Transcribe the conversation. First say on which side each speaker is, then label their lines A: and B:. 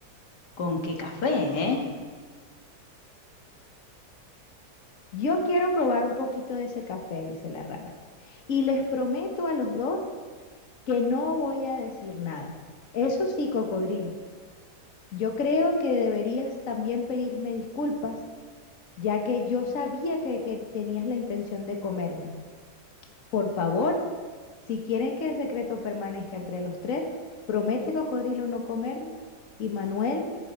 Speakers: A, on the left (about 80°); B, on the left (about 55°).
A: ¿con qué café, eh?".
B: Yo quiero probar un poquito de ese café, dice la rana. Y les prometo a los dos que no voy a decir nada. Eso sí, cocodrilo, Yo creo que deberías también pedirme disculpas, ya que yo sabía que, que tenías la intención de comerme. Por favor, si quieren que el secreto permanezca entre los tres, promete, cocodrilo, no comerme. Y Manuel,